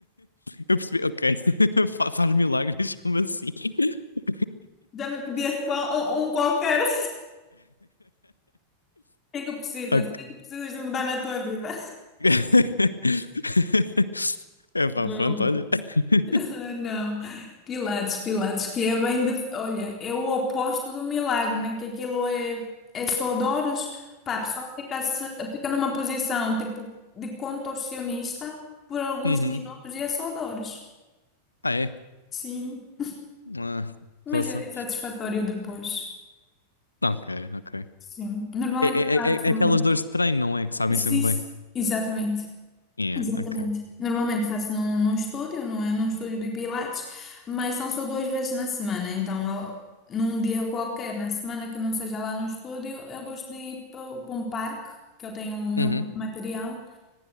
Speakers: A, on the left; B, on the left.
A: Eu percebi, ok. <laughs> Fa- Faz milagres, como assim? <laughs>
B: já me pedias qual- um um qualquer, o que é que precisas,
A: Ok.
B: o que é que precisas de mudar na tua vida?
A: <laughs> É pá,
B: Bom.
A: pronto, olha. <laughs>
B: Ah, Não, Pilates, Pilates, que é bem de... Olha, é o oposto do milagre, né? Que aquilo é, é só dores. Pá, a pessoa fica, se- fica numa posição tipo de contorcionista por alguns
A: Uhum.
B: minutos e é só dores.
A: Ah, é?
B: Sim,
A: Ah,
B: mas
A: poça.
B: é satisfatório depois.
A: Ok, ok.
B: Sim, normalmente
A: É, é,
B: faço.
A: é, é aquelas dores de treino, não é? Que sabem
B: Sim,
A: sempre bem.
B: exatamente.
A: Yeah,
B: Exatamente.
A: ok.
B: Normalmente faço num, num estúdio, não é num estúdio de Pilates, mas são só duas vezes na semana. Então, eu- num dia qualquer, na semana que não seja lá no estúdio, eu gosto de ir para um parque, que eu tenho o meu
A: Uhum.
B: próprio material,